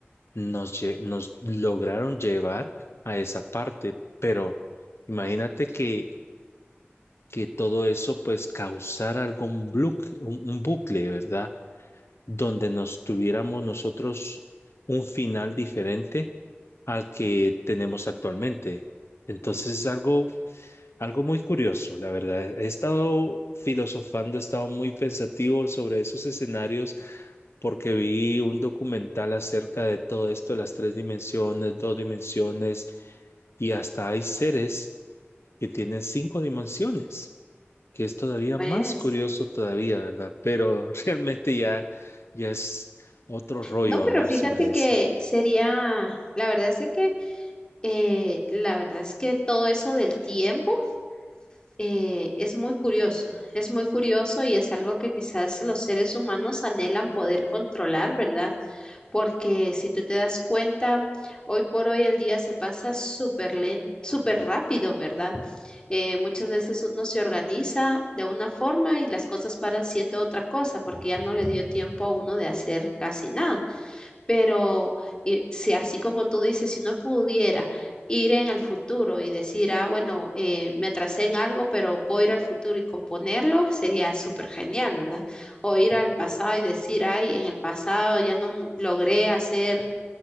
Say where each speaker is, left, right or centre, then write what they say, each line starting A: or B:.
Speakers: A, on the left (about 75°); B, on the left (about 20°).
A: nos, lle- nos lograron llevar a esa parte. Pero imagínate que, que todo eso pues causara algún blu- un un bucle, ¿verdad? donde nos tuviéramos nosotros un final diferente al que tenemos actualmente. Entonces es algo, algo muy curioso, la verdad. He estado filosofando, he estado muy pensativo sobre esos escenarios porque vi un documental acerca de todo esto, las tres dimensiones, dos dimensiones, y hasta hay seres que tiene cinco dimensiones, que es todavía
B: pues.
A: más curioso todavía, ¿verdad? Pero <laughs> realmente ya, ya es otro rollo
B: No, pero
A: hablar
B: fíjate
A: sobre
B: que
A: eso.
B: sería, la verdad es de que, eh, la verdad es que todo eso del tiempo. eh, es muy curioso, es muy curioso y es algo que quizás los seres humanos anhelan poder controlar, ¿verdad? Porque si tú te das cuenta, hoy por hoy el día se pasa súper lento, súper rápido, ¿verdad? Eh, muchas veces uno se organiza de una forma y las cosas paran siendo otra cosa porque ya no le dio tiempo a uno de hacer casi nada. Pero eh, si así como tú dices, si uno pudiera ir en el futuro y decir, ah, bueno, eh, me atrasé en algo, pero puedo ir al futuro y componerlo, sería súper genial, ¿verdad? O ir al pasado y decir, ay, en el pasado ya no m- logré hacer